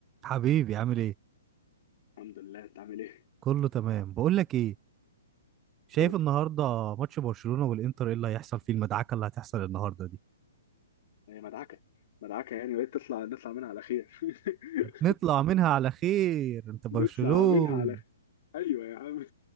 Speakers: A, on the right (about 20°); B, on the left (about 50°).
A: حبيبي عامل ايه
B: الحمد لله انت عامل ايه؟
A: كله تمام بقول لك ايه شايف
B: قول
A: النهارده ماتش برشلونة والانتر ايه اللي هيحصل فيه المدعكة اللي هتحصل النهارده دي
B: هي مدعكه مدعكه يعني بقيت تطلع نطلع منها على خير <laughs>
A: هنطلع منها على خير انت برشلونة
B: نطلع منها على خير ايوه يا عم